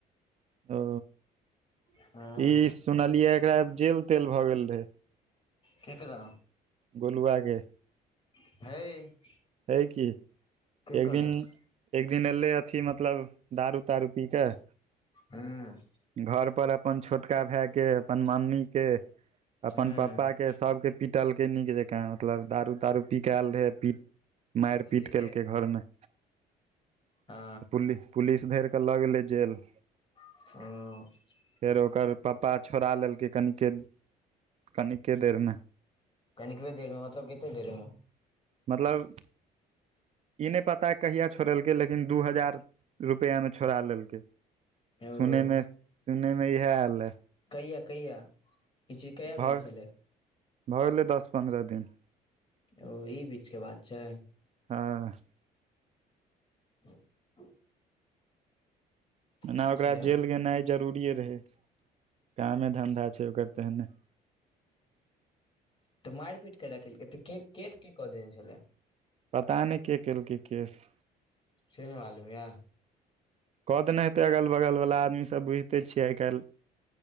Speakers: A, on the right; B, on the left.
A: ओ
B: हँ
A: ई सुनलियै एकरा जेल तेल भए गेल रहे
B: केकरा
A: गोलुआ के
B: है
A: है कि एक
B: कहलक
A: दिन एक दिन एयले अथी मतलब दारू तारू पी कऽ
B: हँ
A: घरपर अपन छोटका भायके अपन मम्मीके अपन
B: हूँ
A: पप्पाके सभके पिटलकै नीक जेकाँ मतलब दारू तारू पिक आयल रहै पि मारि
B: अकेले
A: पीट केलकै घरमे
B: हँ
A: पुलि पुलिस धरि कऽ लऽ गेलै जेल
B: ओ
A: फेर ओकर पप्पा छोड़ा लेलकै कनिके कनिके देरमे
B: कनिकबे देरमे मतलब कते देरमे
A: मतलब ई नहि पता कहिया छोड़ेलकै लेकिन दू हजार रुपया में छोड़ा लेलकै
B: ओ
A: सुनेमे सुनेमे इहै आयल रहै
B: कहिया कहिया ई चीज कहिया
A: भऽ
B: भेल छलै
A: भऽ गेलै दस पन्द्रह दिन
B: ओ ई बीच के बात छै
A: हँ
B: <inaudible>
A: अना
B: अच्छा
A: ओकरा जेल गेनाइ जरूरिए रहै कामे धन्धा छै ओकर तेहने
B: तऽ मारि पीट कैय लऽ तऽ केस के कऽ देन छलै
A: पता नहि के केलकै केस
B: छै नहि मालूमियै
A: कहत नै त अगल बगल बल्ला आदमी सब सब बुझिते छियै आइ काल्